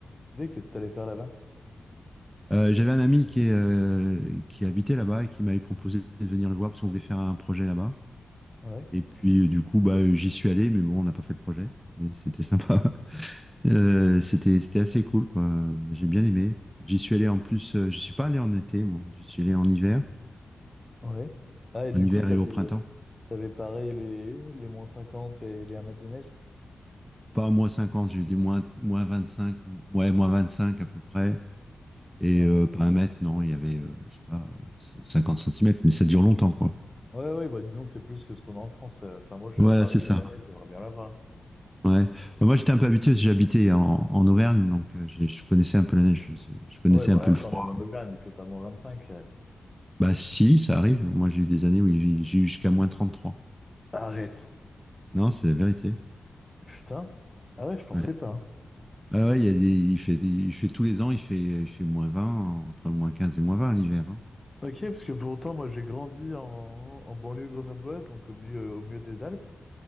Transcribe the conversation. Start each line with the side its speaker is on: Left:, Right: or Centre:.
Left: Tu sais, qu'est-ce que t'allais faire là-bas?
Centre: Euh, j'avais un ami qui, est, euh, qui habitait là-bas et qui m'avait proposé de venir le voir parce qu'on voulait faire un projet là-bas.
Left: Ouais.
Centre: Et puis euh, du coup, bah, euh, j'y suis allé, mais bon, on n'a pas fait le projet. Mais c'était sympa. <laughs> Euh, c'était, c'était assez cool, quoi. J'ai bien aimé. J'y suis allé en plus, euh, je suis pas allé en été, moi. J'y suis allé en hiver,
Left: Ouais. Ah, et du
Centre: en hiver
Left: coup, t'avais,
Centre: et au printemps.
Left: t'avais pareil les, les moins 50 et les un mètre de neige?
Centre: pas moins 50, j'ai dit moins, moins 25, ouais, moins 25 à peu près. Et
Left: Ouais.
Centre: euh, pas un mètre, non, il y avait, euh, je sais pas, euh, 50 cm, mais ça dure longtemps, quoi.
Left: Ouais, ouais, bah disons que c'est plus que ce qu'on a en France. Euh, Enfin, moi, je suis
Centre: Voilà,
Left: à Paris,
Centre: c'est ça.
Left: et la neige, j'aimerais bien l'avoir.
Centre: Ouais. Bah, moi, j'étais un peu habitué, parce que j'habitais en, en Auvergne, donc euh, j'ai- je connaissais un peu la neige, je, je connaissais
Left: Ouais, bah
Centre: un peu
Left: attends,
Centre: le froid.
Left: mais mon auberge, il fait pas moins 25. euh.
Centre: Bah si, ça arrive. Moi, j'ai eu des années où il- j'ai eu jusqu'à moins 33.
Left: Arrête.
Centre: Non, c'est la vérité.
Left: Putain. Ah ouais, je pensais
Centre: Ouais.
Left: pas. hein.
Centre: Ah ouais, il y a des, il fait, il fait tous les ans, il fait, il fait moins 20 entre moins 15 et moins 20 l'hiver. hein.
Left: Ok, parce que pour autant, moi j'ai grandi en, en banlieue grenobloise, donc au milieu, au milieu des Alpes.